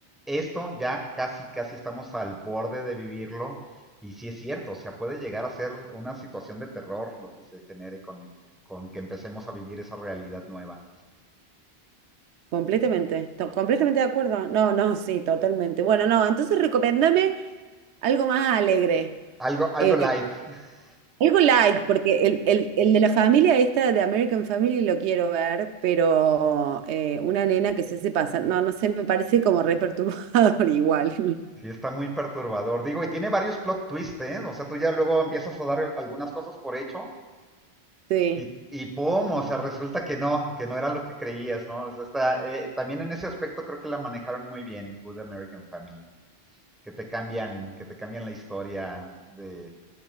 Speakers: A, in the centre; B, on the right (about 80°).
A: esto ya casi, casi estamos al borde de vivirlo. Y sí es cierto, o sea, puede llegar a ser una situación de terror lo que se genere con, con que empecemos a vivir esa realidad nueva.
B: Completamente, to- completamente de acuerdo. No, no, sí, totalmente. Bueno, no, entonces recomiéndame algo más alegre,
A: Algo, algo
B: eh,
A: light. <laughs>
B: algo light, porque el, el- el de la familia esta de American Family lo quiero ver, pero eh, una nena que se hace pasar, no, no sé, me parece como re perturbador <laughs> igual.
A: Sí, está muy perturbador. Digo, y tiene varios plot twists, ¿eh? O sea, tú ya luego empiezas a dar algunas cosas por hecho
B: Sí.
A: Y, y pum, o sea, resulta que no, que no era lo que creías, ¿no? O sea, está, eh, también en ese aspecto creo que la manejaron muy bien, Good American Family, que te cambian, que te cambian la historia de,